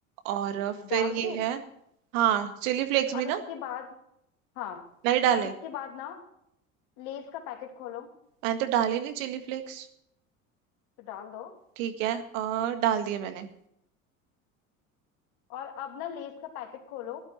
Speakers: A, on the right; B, on the left.
A: और अ, फिर
B: डाल
A: ये
B: दिए
A: है हाँ चिली फ्लेक्स भी
B: अब
A: ना
B: इसके बाद हाँ
A: नहीं डाले
B: अब इसके बाद ना लेस का पैकेट खोलो
A: मैंने तो डाले नहीं चिली फ्लेक्स
B: तो डाल दो
A: ठीक है आ, डाल दिए मैंने
B: और अब ना लेस का पैकेट खोलो